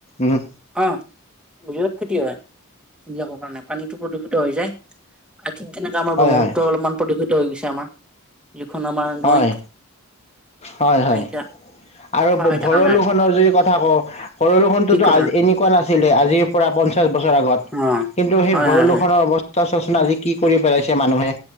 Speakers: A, on the left; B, in the centre.
A: উম।
B: অ বিৰাট ক্ষতি হয় এইবিলাকৰ কাৰণে পানীতো প্ৰদূষিত হৈ যায়। তেনেকে আমাৰ
A: হয়
B: ব্ৰহ্মপুত্ৰৰ
A: হয়
B: অলপ প্ৰতি সিটো হৈ গৈছে আমাৰ। যিখন আমাৰ
A: হয়
B: নৈ ইমান
A: হয়
B: মানে
A: হয়
B: এতিয়া।
A: আৰু
B: চফা হৈ থকা
A: ভৰলো
B: নাই আৰু
A: খনৰ যদি কথা কওঁ ভৰলুখনতোতো
B: ঠিক কথা
A: এনেকুৱা নাছিলে আজিৰ পৰা পঞ্চাশ বছৰ আগত
B: অ
A: কিন্তু সেই
B: হয়
A: ভৰলো
B: হয় হয়
A: খনৰ অৱস্থা চাচোন আজি কি কৰি পেলাইছে মানুহে।